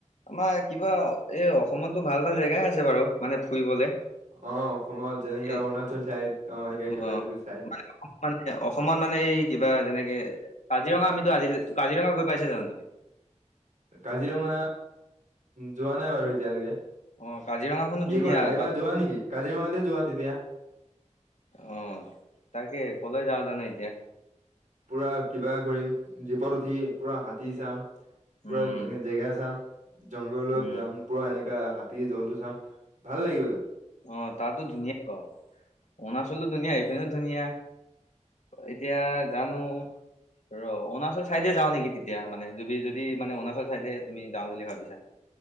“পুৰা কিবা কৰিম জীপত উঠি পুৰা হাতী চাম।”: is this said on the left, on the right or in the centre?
Right